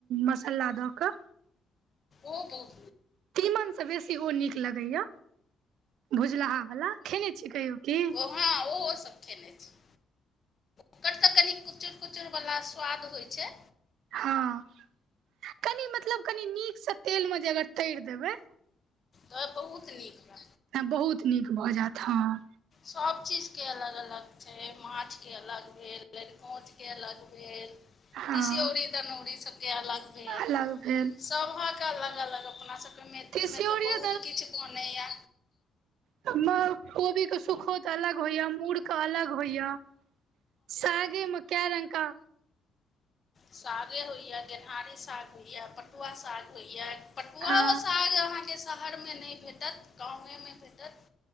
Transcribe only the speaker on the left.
ओ बहुत
हँ ओहो सब खेने छी। ओकर तऽ कनि कुचुर-कुचुर वला स्वाद होइ छै।
त बहुत नीक ला
सभ चीजके अलग अलग छै, माछके अलग भेल, लरिकोछके अलग भेल।
तीसीऔरी, दनौरी सबके अलग भेल,
सबहक क अलग-अलग अपना सबके मैथिल
मे तऽ बहुत किछ बनेैया।
सागे होइ यैं, गनहारी साग होइ यैं, पटुआ साग होइयैं, पटुआवो
साग अहाँ के शहरमे नहि भेटत, गांवे मे भेटत